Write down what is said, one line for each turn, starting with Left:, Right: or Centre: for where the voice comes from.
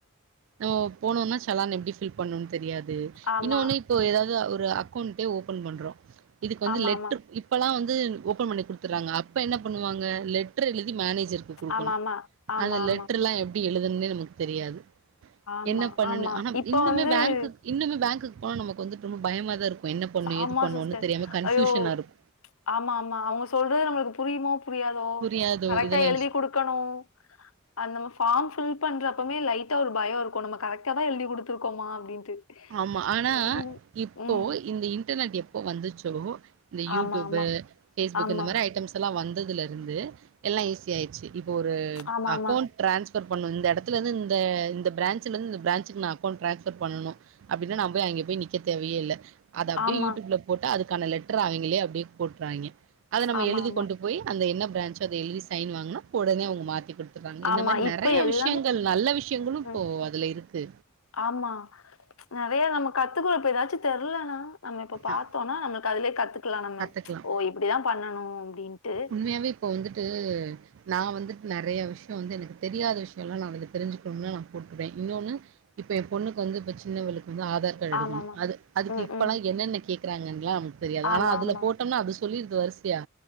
Right: நம்ம போனுன்னா செலான் எப்டி ஃபில் பண்ணுன் தெரியாது
Left: ஆமா
Right: இன்னோன்னு இப்ப ஏதாவுது ஒரு அக்கவுண்டே ஓபன் பண்றோ இதுக்கு வந்து
Left: ஆமா ஆமா
Right: லெட்டுரு ப் இப்பலா வந்து ஓபன் பண்ணி குடுத்தர்றாங்க அப்ப என்ன பண்ணுவாங்க லெட்ர்ரெழுதி மேனேஜருக்கு குடுக்கணு
Left: ஆமா ஆமா ஆமா
Right: அந்த
Left: ஆமா
Right: லெட்ர்ரலா
Left: ஆமா
Right: எப்டி எழுதனுனே நமக்கு தெரியாது
Left: ஆமா
Right: என்ன பன்னனு
Left: ஆமா
Right: ஆனா
Left: இப்ப
Right: இன்னுமே
Left: வந்து
Right: பேங்க்குக் இன்னுமே பேங்குக்கு போனா நமக்கு வந்துட்டு ரொம்ப பயமாதாருக்கு என்ன பண்ணு
Left: ஆமா
Right: ஏது பண்ணுன்னு
Left: சிஸ்டர்.
Right: தெரியாம கன்ஃபியூஷனாருக்
Left: ஐயோ! ஆமா ஆமா அவுங்க சொல்றது நம்முளுக்கு புரியுமோ புரியாதோ
Right: புரியாதோ
Left: கரெக்ட்டா
Right: இதெல்லா
Left: எழுதி
Right: யூஸ்
Left: குடுக் கணு அந்த நம் ஃபாம் பில் பண்றப்பமே லைட்டா ஒரு பயருக்கு நம்ம கரெக்ட் டாதா எழுதி குடுத்துருக்கோமா அப்டின்ட்டு
Right: ஆமா. ஆனா,
Left: எனக்கு
Right: இப்போ
Left: ம்
Right: இந்த இன்டர்நெட் எப்ப வந்துச்சோ இந்த யூட்டியூபு
Left: ஆமா, ஆமா.
Right: பேஸ்புக்கு
Left: ஆமா.
Right: இந்த மாரி ஐட்டம்ஸ் லா வந்ததுலருந்து எல்லா ஈஸியாயிருச்சி இப்ப ஒரு
Left: ஆமாமா.
Right: அக்கவுண்ட் டிரான்ஸ்பர் பண்ணு இந்த எடத்துலந்து இந்த ப்ரான்ஞ்ச்லந்து இந்த ப்ரான்ஞ்ச்சுக்கு நா அக்கவுண்ட் ட்ரான்ஸ்பர் பண்ணணு அப்படினா நா போய் அங்க போய் நிக்க தேவயேல்ல அத அப்டியே
Left: ஆமா.
Right: யூட்யூப்ல போட்டா அதுக்கான லெட்ர அவிங்களே அப்டியே போட்றாங்க அத நம்ம
Left: ஆமாமா.
Right: எழுதி கொண்டு போய் அந்த என்ன ப்ரான்ஞ்ச்சோ அத எழுதி ஸைன் வாங்னா ஒடனே அவுங்க மாத்தி குடுத்த றாங்க இந்த
Left: ஆமா.
Right: மாரி நெறைய
Left: இப்ப எல்லாமே
Right: விஷயங்கள் நல்ல விஷயங்களு இப்போ
Left: ம்.
Right: அதுல இருக்கு
Left: ஆமா ம்ச் நெறைய நம்ம கத்துக்கொடுப்போ ஏதாச்சு தெரிலனா நம்ம இப்ப பாத்தோனா
Right: அ
Left: நம்முளுக் அதுலேயே கத்துக்கலா நம்ம
Right: கத்துக்கலாம்.
Left: ஓ இப்டிதா பண்ணணு அப்டின்ட்டு
Right: உண்மையாவே இப்போ வந்துட்டு நா வந்துட்டு நெறைய விஷியோ வந்து எனக்கு தெரியாத விஷயல்லா நா அதுல தெரிஞ்சுக்கணும்னா நா போட்ருவே இன்னோன்னு இப்ப எம்பொண்ணுக்கு வந்து இப்ப சின்னவளுக்கு வந்து ஆதார் கார்டு எடுக்கனு
Left: ஆமாமா.
Right: அது அதுக்கிப்பல்லா
Left: ம், ம்.
Right: என்னன்ன கேக்குறாங்கன்லா நமக்கு தெரியாது
Left: ஆமா,
Right: ஆனா அது
Left: ஆமா.
Right: போட்டம்னா அது சொல்லிருது வருசையா